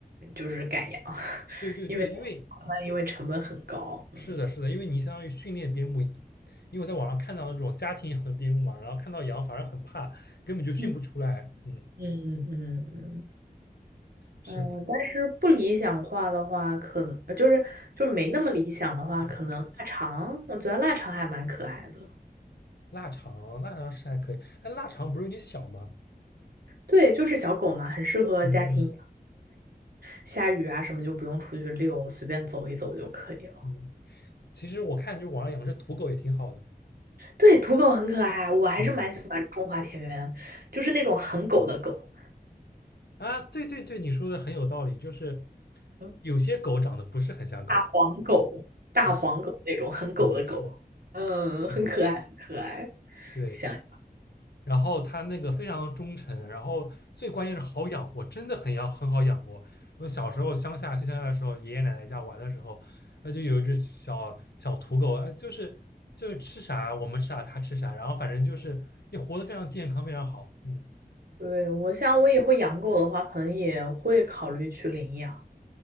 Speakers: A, on the right (about 70°); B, on the left (about 85°).
A: 就是赶羊，<laughs>
B: 对对对，
A: 因为好像因为成本很高。
B: 因为
A: 嗯
B: 是的，是的，因为你相当于训练边牧，因为我在网上看到那种家庭养的边牧嘛，然后看到羊反而很怕，根本就训不出来。
A: 嗯，
B: 嗯，
A: 嗯嗯嗯，嗯
B: 是的，
A: 嗯，但是不理想化的话，可能呃就是就没那么理想的话，
B: 嗯，
A: 可能腊肠，我觉得腊肠还蛮可爱的。
B: 腊肠，腊肠是还可以，但腊肠不是有点小吗？
A: 对，就是小狗嘛，很适合家庭养，
B: 嗯嗯
A: 下雨啊什么就不用出去遛，随便走一走就可以了。
B: 嗯，其实我看就网上养只土狗也挺好的。
A: 对，土狗很可爱，我还是蛮喜欢中华田园，
B: 嗯
A: 就是那种很狗的狗，
B: 啊，对对对，你说的很有道理，就是
A: 嗯
B: 有些狗长得不是很像狗。
A: 大黄狗、大黄狗那种很狗的狗，
B: 嗯。是的，是的，
A: 嗯，
B: 嗯，
A: 很可爱，很可爱。
B: 对。
A: 想，
B: 然后他那个非常忠诚，然后最关键是好养活，真的很要很好养活。我小时候乡下去乡下的时候，爷爷奶奶家玩的时候，那就有一只小小土狗，哎，就是就是吃啥我们吃啥它吃啥，然后反正就是也活得非常健康，非常好。嗯
A: 对，我想我以后养狗的话，可能也会考虑去领养。